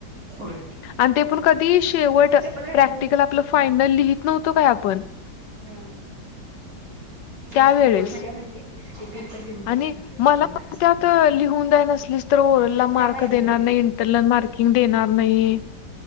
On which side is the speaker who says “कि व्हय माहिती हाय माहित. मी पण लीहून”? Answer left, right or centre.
Right